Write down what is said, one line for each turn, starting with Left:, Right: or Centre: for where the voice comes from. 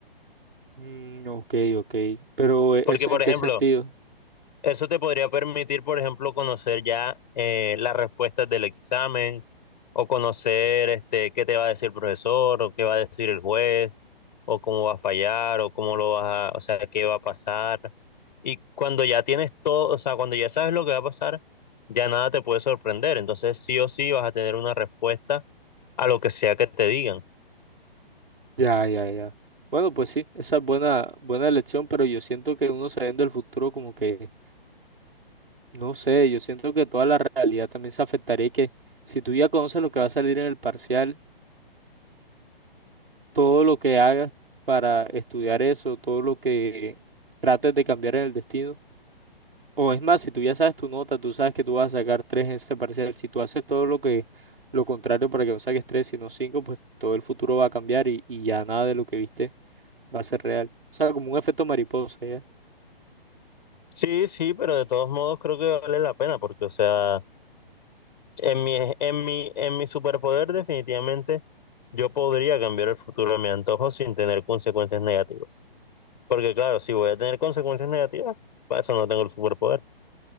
Right: Mm, ok, ok. Pero eh,
Left: Porque,
Right: ¿eso
Left: por
Right: en qué
Left: ejemplo,
Right: sentido?
Left: eso te podría permitir, por ejemplo, conocer ya eh, las respuestas del examen o conocer este, qué te va a decir el profesor o qué va a decir el juez o cómo va a fallar, o cómo lo vas a, o sea, qué va a pasar. Y cuando ya tienes todo, o sea, cuando ya sabes lo que va a pasar, ya nada te puede sorprender. Entonces, sí o sí vas a tener una respuesta a lo que sea que te digan.
Right: Ya, ya, ya. Bueno, pues sí, esa es buena, buena elección, pero yo siento que uno sabiendo el futuro como que, no sé, yo siento que toda la realidad también se afectaría y que si tú ya conoces lo que va a salir en el parcial, todo lo que hagas para estudiar eso, todo lo que trates de cambiar en el destino. O es más, si tú ya sabes tu nota, tú sabes que tú vas a sacar tres en ese parcial. Si tú haces todo lo que, lo contrario para que no saques tres, sino cinco, pues todo el futuro va a cambiar y, y ya nada de lo que viste va a ser real. O sea, como un efecto mariposa, ¿ya?
Left: Sí, sí, pero de todos modos creo que vale la pena porque, o sea, en mi, en mi, en mi superpoder definitivamente yo podría cambiar el futuro a mi antojo sin tener consecuencias negativas. Porque claro, si voy a tener consecuencias negativas, para eso no tengo el superpoder.